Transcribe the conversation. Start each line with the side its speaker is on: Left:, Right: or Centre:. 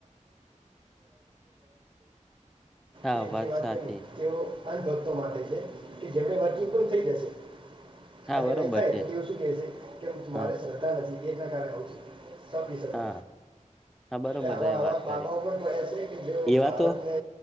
Centre: હા
Right: તે જે વાત
Centre: સાચી
Right: કરી તેઓ, ખાલી ભક્તો માટે છે, કે જેણે વાંચી પણ થઈ જશે.
Centre: હા
Right: અને
Centre: બરોબર
Right: નહીં થાય
Centre: છે
Right: તો તેવ શું કેહે છે, કે મારે
Centre: હા
Right: શ્રધ્ધા નથી એના કારણે હોઉ છે. સમજી શકો
Centre: હા હા બરોબર
Right: એ આવા
Centre: તમે વાત
Right: વા
Centre: કરી
Right: બાબાઓ પણ ભણે છે, કે જે
Centre: એવા
Right: ભારતને
Centre: તો